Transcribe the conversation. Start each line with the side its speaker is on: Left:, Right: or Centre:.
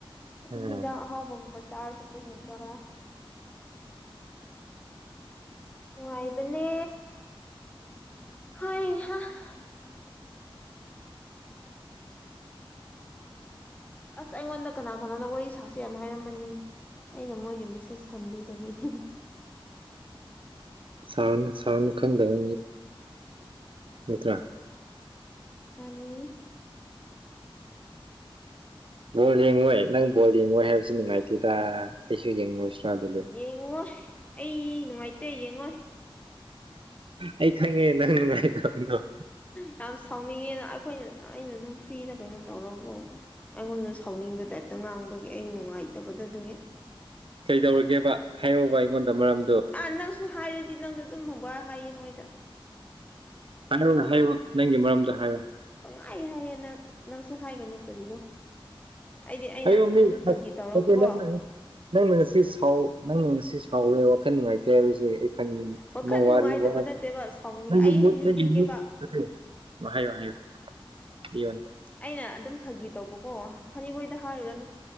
Left: ꯑꯗꯨꯝ
Right: ꯎꯝ
Left: ꯍꯤꯟꯖꯥꯡ ꯑꯍꯥꯎꯕꯒꯨꯝꯕ ꯆꯥꯔꯁꯨ ꯄꯨꯟꯅ ꯆꯥꯔꯥ ꯅꯨꯡꯉꯥꯏꯕꯅꯦ ꯍꯣꯏꯍꯥ <inaudible> ꯑꯁ ꯑꯩꯉꯣꯟꯗ ꯀꯅꯥ ꯀꯅꯥꯅ ꯋꯥꯔꯤ ꯁꯥꯁꯦ ꯑꯃ ꯍꯥꯏꯔꯝꯕꯅꯤꯅꯦ ꯑꯩꯅ ꯃꯣꯏꯒꯤ ꯃꯦꯁꯦꯁ ꯍꯟꯕꯤꯗꯕꯤꯅꯤꯅꯦ
Right: ꯁꯅ ꯁꯥꯎꯔꯅꯨ ꯈꯪꯗꯕ ꯅꯠꯇ꯭ꯔꯥ
Left: ꯑꯅꯤ
Right: ꯕꯣꯜ ꯌꯦꯡꯉꯣꯏ ꯅꯪ ꯕꯣꯜ ꯌꯦꯡꯉꯣꯏ ꯍꯥꯏꯕꯁꯤ ꯅꯨꯡꯉꯥꯏꯇꯦꯗ ꯑꯩꯁꯨ ꯌꯦꯡꯉꯨꯁꯤꯔꯥ ꯑꯗꯨꯗꯤ
Left: ꯌꯦꯡꯉꯣꯏ ꯑꯩ ꯅꯨꯡꯉꯥꯏꯇꯦ ꯌꯦꯡꯉꯣꯏ
Right: ꯑꯩ ꯈꯪꯉꯦ ꯅꯪ ꯅꯨꯡꯉꯥꯏꯇꯕꯗ‌ꯣ
Left: ꯌꯥꯝ ꯁꯥꯎꯅꯤꯡꯉꯦꯅ ꯑꯩꯈꯣꯏꯅ ꯑꯩꯅ ꯑꯗꯨꯝ ꯐ꯭ꯔꯤꯗ ꯀꯩꯅꯣ ꯇꯧꯔꯒꯀ‌ꯣ ꯑꯩꯉꯣꯟꯗ ꯁꯥꯎꯅꯤꯡꯕ ꯗꯥꯏꯞ ꯇ ꯉꯥꯡꯕꯒꯤ ꯑꯩ ꯅꯨꯡꯉꯥꯏꯇꯕꯗ‌ꯣ ꯗꯨꯒꯤ
Right: ꯀꯩꯗꯧꯔꯒꯦꯕ ꯍꯥꯏꯌ‌ꯣꯕ ꯑꯩꯉꯣꯟꯗ ꯃꯔꯝ
Left: ꯑꯥ ꯅꯪꯁꯨ ꯍꯥꯏꯔꯗꯤ ꯅꯪꯗ‌ꯣ ꯑꯗꯨꯝ <unintelligible> ꯕꯥꯔ ꯍꯥꯏꯌꯦ ꯃꯣꯏꯗ
Right: ꯀꯥꯟꯅꯔꯣꯏ ꯍꯥꯏꯌꯣ ꯅꯪꯒꯤ ꯃꯔꯝꯗꯣ ꯍꯥꯏꯌ‌ꯣ
Left: ꯄꯪꯍꯥꯏ ꯍꯥꯏꯌꯦ ꯅꯪ ꯅꯪꯁꯨ ꯍꯥꯏꯒꯅꯨ ꯀꯔꯤꯔꯣ ꯑꯩꯗꯤ ꯑꯩꯅ
Right: ꯑꯩꯌꯣ ꯃꯤ
Left: ꯑꯗꯨꯝ ꯐꯥꯒꯤ ꯇꯧꯔꯒꯀꯣ
Right: ꯑꯣꯀꯦ ꯅꯪꯅ ꯅꯪꯅ ꯉꯁꯤ ꯁꯥꯎ ꯅꯪꯅ ꯉꯁꯤ ꯁꯥꯎꯋꯦ ꯋꯥꯈꯟ ꯅꯨꯡꯉꯥꯏ ꯇꯦ ꯍꯥꯏꯕꯁꯦ ꯑꯩ ꯈꯪꯉ‌ꯦ
Left: ꯋꯥꯈꯜ ꯅꯨꯡꯉꯥꯏꯇꯕ
Right: ꯋꯥꯔꯤ <unintelligible>
Left: ꯅꯠꯇꯦꯕ ꯁꯥꯎꯅꯤꯡ
Right: ꯅꯪꯒꯤ
Left: ꯑꯩ
Right: ꯃꯨꯠ
Left: ꯂꯤꯕꯤꯒꯦꯕ
Right: ꯅꯪꯒꯤ ꯃꯨꯠ ꯎꯝ ꯍꯥꯏꯌ‌ꯣ ꯍꯥꯏꯌ‌ꯣ ꯂꯤꯌ‌ꯣꯟ
Left: ꯑꯩꯅ ꯑꯗꯨꯝ ꯐꯥꯒꯤ ꯇꯧꯕꯀꯣ ꯐꯅꯤ <unintelligible> ꯗ ꯍꯥꯏꯔꯨꯔꯅꯨ